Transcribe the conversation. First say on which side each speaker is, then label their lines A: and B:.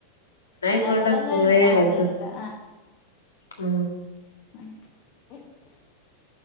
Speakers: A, on the left; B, on the left.
A: എന്നാ അയ്ക്കോട്ടെ
B: നമ്മളൊന്ന്
A: സമയായിട്ടോ
B: ആഹ് ന്നായിക്കോട്ടെ
A: ആ
B: അ <unintelligible>